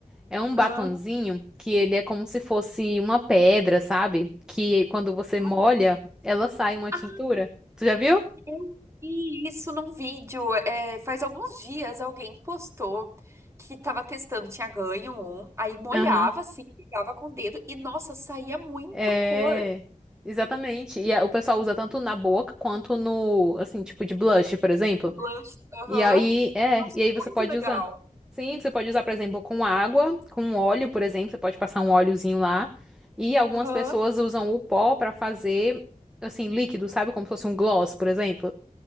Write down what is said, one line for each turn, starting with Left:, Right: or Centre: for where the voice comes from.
Centre: É um batonzinho
Right: Ah,
Centre: que ele é como se fosse uma pedra, sabe? Que quando você
Right: olha.
Centre: molha, ela sai uma
Right: Ah,
Centre: tintura. Tu já viu?
Right: eu vi isso num vídeo. É, faz alguns dias alguém postou que tava testando, tinha ganho um, aí molhava
Centre: Aham.
Right: assim, pegava com o dedo e, nossa, saía muita
Centre: É,
Right: cor.
Centre: exatamente. E a- o pessoal usa tanto na boca quanto no, assim, tipo de blush, por exemplo.
Right: O Blush, aham.
Centre: E aí, é,
Right: Eu achei
Centre: e aí você
Right: muito
Centre: pode
Right: legal.
Centre: usar. Sim, você pode usar, por exemplo, com água, com óleo, por exemplo, você pode passar um óleozinho lá. E algumas
Right: Aham,
Centre: pessoas usam o pó pra fazer, assim, líquido, sabe? Como se fosse um gloss, por exemplo.